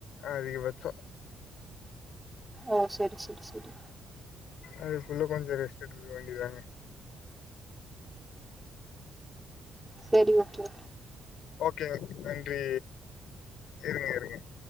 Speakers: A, on the left; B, in the centre.
A: அதிகபட்சொ
B: ஓ செரி செரி செரி
A: அதுக்குள்ள கொஞ்ச ரெஸ்ட் எடுத்துக்க வேண்டிதானே
B: செரி ஓகே
A: கேங்க நன்றி இருங்க இருங்க